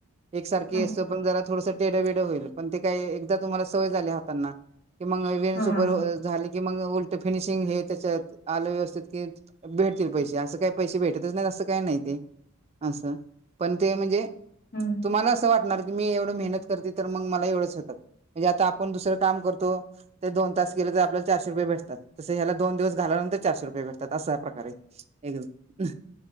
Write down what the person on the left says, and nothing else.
हम्म
हम्म
हम्म